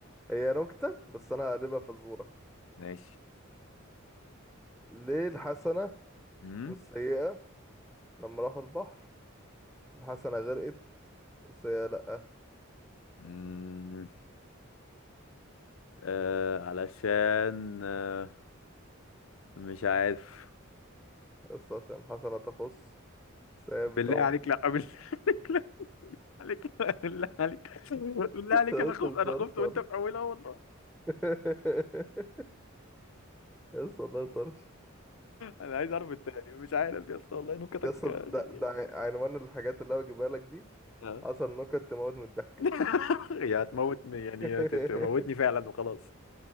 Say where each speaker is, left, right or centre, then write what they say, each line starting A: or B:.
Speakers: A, in the centre; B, on the left (about 75°).
A: هي نكتة بس انا هقلبها فزورة
B: ماشي
A: ليه الحسنة
B: مم؟
A: والسيئة لما راحوا البحر الحسنة غرقت والسيئة لأ
B: مم. آه علشان آه مش عارف
A: بس عشان الحسنة تخص السيئة
B: بالله
A: بتعوم
B: عليك
A: <laughs>
B: لا <laughs> بالله عليك لا عليك لا بالله عليك بالله
A: يا
B: عليك
A: اسطى
B: انا خفت
A: ده
B: انا
A: طرش
B: خفت وانت
A: والله
B: في اولها والله
A: <laughs> يا اسطى ده طرش
B: انا عايز اعرف التاني مش عارف يا اسطى والله نكتك
A: يا اسطى
B: غريبة.
A: ده ده عنوان الحاجات اللي انا بجيبها لك دي
B: لا
A: عشر نكت تموت من الضحك
B: <laughs> يا هتموتني يعني
A: <laughs>
B: يا تت- تموتني فعلا وخلاص